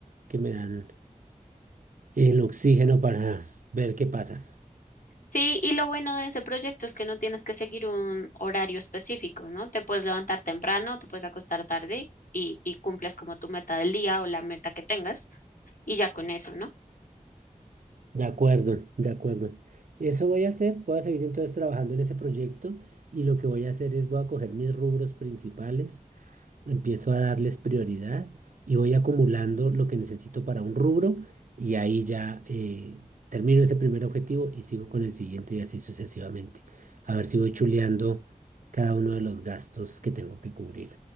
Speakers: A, on the right; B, on the left.
A: que me dan el oxígeno para ver qué pasa.
B: Sí, y lo bueno de ese proyecto es que no tienes que seguir un horario específico, ¿no? Te puedes levantar temprano, te puedes acostar tarde y, y cumples como tu meta del día o la meta que tengas y ya con eso, ¿no?
A: De acuerdo, de acuerdo. Eso voy a hacer, voy a seguir entonces trabajando en ese proyecto y lo que voy a hacer es voy a coger mis rubros principales, empiezo a darles prioridad y voy acumulando lo que necesito para un rubro y ahí ya eh, termino ese primer objetivo y sigo con el siguiente y así sucesivamente. A ver si voy chuleando cada uno de los gastos que tengo que cubrir.